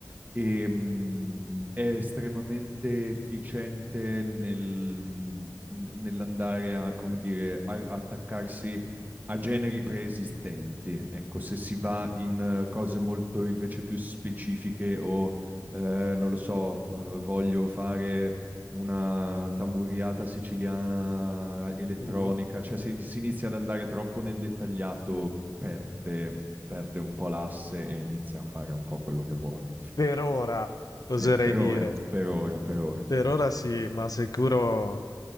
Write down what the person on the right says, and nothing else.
e mh, è estremamente efficiente nel, mh, n- nell'andare a, come dire, a- attaccarsi a generi preesistenti. Ecco, se si va in eh, cose molto invece più specifiche o eh, non lo so, eh, voglio fare una tamburiata siciliana elettronica,
cioè se si inizia ad andare troppo nel dettagliato perde, perde un po' l'asse e inizia a fare un po' quello che vuole.
Sì,
per
ora, per ora, per ora,
esatto.